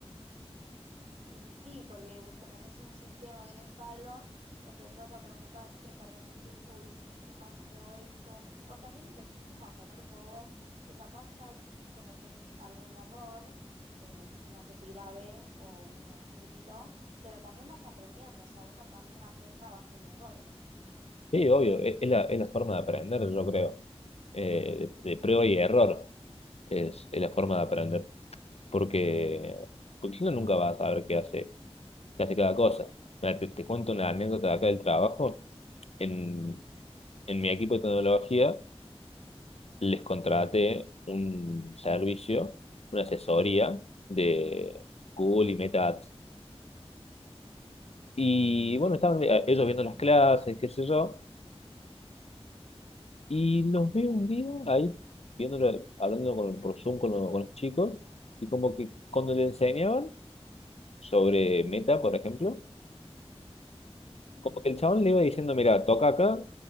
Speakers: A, on the right; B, on the left.
A: Y sí, porque vos tenés un sistema, tenés algo, empezás a preguntar, che, ¿para qué es esto? Uy, ¿qué pasa si hago esto? O también empezás como a tocar un poco vos, que capaz ahí sí cometes algún error, eh, no sé si grave o uno chiquitito, pero también vas aprendiendo, o sea, uno también aprende a base de errores.
B: Sí, obvio, es, es la, es la forma de aprender, yo creo. Eh, de, de prueba y error es, es la forma de aprender. Porque, porque uno nunca va a saber qué hace, qué hace cada cosa. Mira, te, te cuento una anécdota de acá del trabajo. En,
A: Mm,
B: en mi equipo de tecnología les contraté un servicio, una asesoría de Google y Meta Ads. Y bueno, estaban eh, ellos viendo las clases, qué sé yo, y los veo un día ahí, viéndolo, hablando con, por Zoom con, lo- con los chicos, y como que cuando le enseñaban sobre Meta, por ejemplo,
A: mm,
B: como que el chabón le iba diciendo, mira, toca acá,